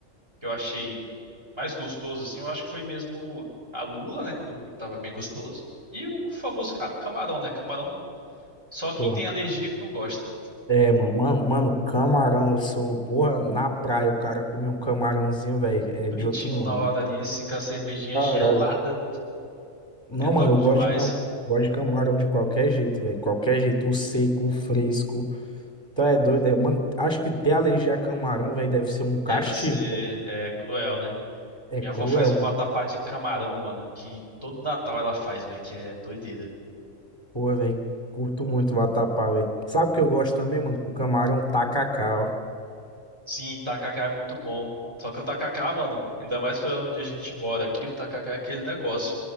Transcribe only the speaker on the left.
Porra.
É, mano, mano, camarão, eu sou, porra, na praia o cara comer um camarãozinho, velho, é
de outro mundo,
mano.
Caralho.
Não,
mano, eu gosto
de, cam... gosto de camarão de qualquer jeito, velho. Qualquer jeito, o seco, o fresco. Tu é doido, é? Mano, acho que ter alergia a camarão, velho, deve ser um castigo.
É
cruel,
mano.
pô velho. Curto muito o vatapá, velho. Sabe o que eu gosto também, mano? Com camarão tacacá, ó.